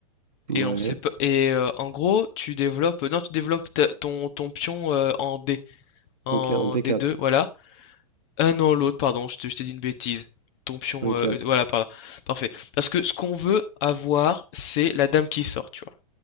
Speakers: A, on the right (about 85°); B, on the left (about 50°).
A: Ouais.
B: et on sait pas, et euh, en gros, tu développes, non, tu développes ta- ton, ton pion euh, en D, en
A: Donc, en D4.
B: D2, voilà. Ah non, l'autre, pardon, je te- je t'ai dit une bêtise. Ton pion,
A: E4.
B: euh, euh, voilà, par là. Parfait. Parce que ce qu'on veut avoir, c'est la dame qui sort, tu vois.